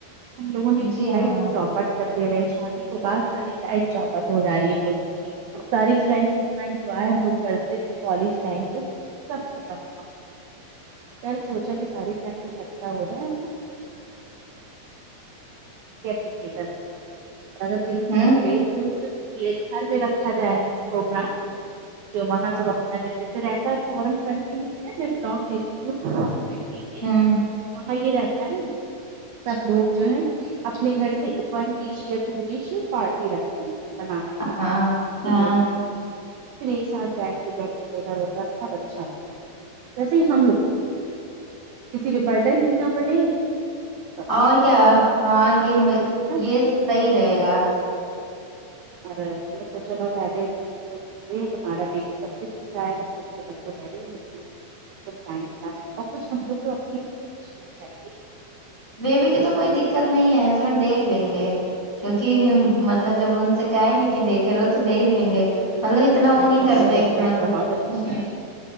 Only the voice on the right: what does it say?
ہم لوگوں نے اپنی
لائف چاپٹ کر دے رہے ہیں شادی کے بعد ساری لائف چوپٹ ہو جاری ہم لوگوں کی ساری فرینڈس کتنا انجوائے ہم لوگ کرتے تھے کالج ٹائم پہ سب ختم پھر سوچا کے ساری فرینڈز اکھٹا ہوجیے رکھی ادھر اور اگر کہیں
کسی پلیس میں نہیں تو کسی ایک گھر میں رکھ رکھا جائے پروگرام کہ وہاں سب اپنا جو جیسے رہتا فارن کنٹری میں بتا میں بلاگ دیکھتی ہوں فورن کنٹری کے
وہاں یہ رہتا ہے سب لوگ جو ہے اپنے گھر سے ون ڈش یا ٹو ڈش پارٹی رکھتے ہیں بنا کے لا تے ہیں
پھر
ایک ساتھ بیٹھ کے بیھ روتا بہت اچھا تھا ویسے ہی ہم لوگ کسی کے برڈن بھیینا پڑے سب
نا
اور میں سوچا نہ پھلے تمہارا بھی سب سےڈ ہوتا ہے ہم لوگ جو بچے پڑھ ہی ہوتے ہیں <unintelligible> ٹائم نکال اور کچھ ہم لوگ کو اپنے لی پوچھا چاہیے
ارے
یا
تمہارے
ہسبینڈ
بہت اچھے ہیں